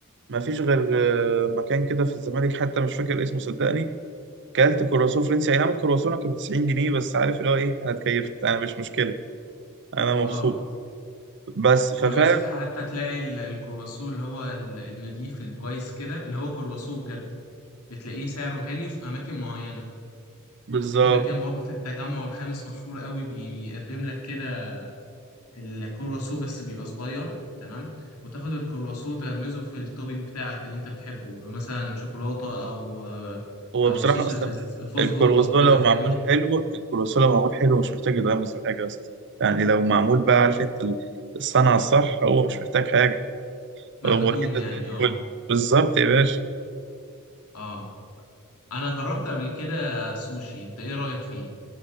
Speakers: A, on the right; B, on the left.
A: ما فيش غير آه، مكان كده في الزمالك حتى مش فاكر اسمه صدقني كلت كرواسون فرنسي اي نعم الكرواسون كانت ب 90 جنيه بس عارف اللي هو ايه انا اتكيفت انا مش مشكله انا مبسوط
B: آه
A: بس ففعلا
B: وللأسف حتى تلاقي ال- الكرواسون اللي هو ال- النضيف الكويس كده اللي هو كرواسون بجد بتلاقيه سعره غالي في أماكن معينة
A: بالظبط
B: في مكان برضه في التجمع الخامس مشهور قوي بي- بيقدم لك كده الكرواسو بس بيبقى صغير تمام وتاخد الكرواسو تغمزه في التوبينج بتاعك اللي انت بتحبه مثلا شوكولاتة او
A: هو
B: او
A: بصراحه
B: صوص
A: اصلا
B: الفز- الفستق
A: الكرواسون
B: او كده
A: لو
B: فاهمني
A: معمول حلو الكرواسون لو معمول حلو مش محتاج يتغمس في حاجه اصلا يعني لو معمول بقى عارف انت ال- الصنعه الصح هو مش محتاج حاجه
B: مخدوم
A: هو كده
B: يعني
A: زي الفل
B: اه
A: بالظبط يا باشا
B: مم. اه انا جربت قبل كده سوشي انت ايه رأيك فيه